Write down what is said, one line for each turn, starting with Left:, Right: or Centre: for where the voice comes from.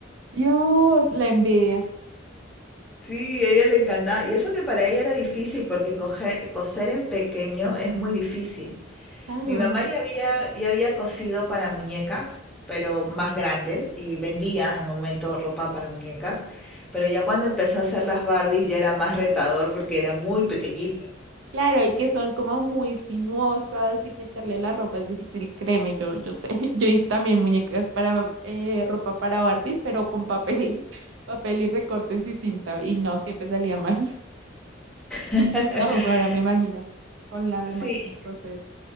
Right: Dios, la envidia.
Centre: Sí, a ella le encantaba. Y eso que para ella era difícil porque coge- coser en pequeño es muy difícil.
Right: Claro.
Centre: Mi mamá ya había, ya había cosido para muñecas, pero más grandes, y vendía en un momento ropa para muñecas, pero ya cuando empezó a hacer las Barbies ya era más retador porque era muy pequeñito.
Right: Claro, y que son como muy sinuosas y meterle la ropa es difícil, créeme, yo, yo sé. <laughs> Yo hice también muñecas para eh, ropa para Barbies, pero con papel, <laughs> papel y recortes y cinta, y no, siempre salía mal. <laughs>
Centre: <laughs>
Right: No, ahora me imagino, con la
Centre: Sí,
Right: máquina de coser.